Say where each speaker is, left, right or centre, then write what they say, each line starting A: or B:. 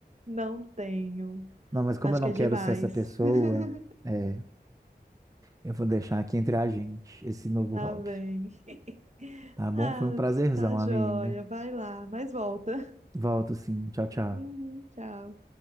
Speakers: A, on the right; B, on the right.
A: Não tenho.
B: Não, mas como
A: Acho
B: eu não
A: que é
B: quero
A: demais.
B: ser essa pessoa,
A: <laughs>
B: é, eu vou deixar aqui entre a gente esse novo
A: Tá
B: hobby.
A: bem. <laughs>
B: Tá bom?
A: Ah,
B: Foi um prazerzão,
A: tá
B: amiga.
A: joia. Vai lá, mas volta.
B: Volto sim. Tchau, tchau.
A: Uhum, tchau.